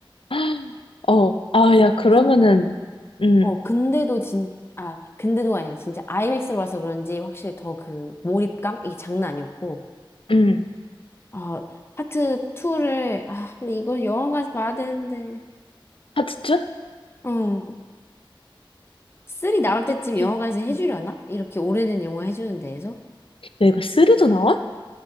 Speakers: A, on the left; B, on the left.
A: <gasps> 어, 아, 야, 그러면은,
B: 근,
A: 음,
B: 어, 근데도 진, 아, 근데도 아니라 진짜 아이맥스로 봐서 그런지 확실히 더 그 몰입감? 이게 장난 아니었고,
A: 음,
B: 어, 파트 2를, 아, 근데 이거 영화관에서 봐야 되는데.
A: 하트츠?
B: 어, 쓰리 나올
A: 하트츠.
B: 때쯤 영화관에서
A: 음.
B: 해주려나? 이렇게 오래된 영화 해주는 데에서?
A: 내가 쓰리도 나와?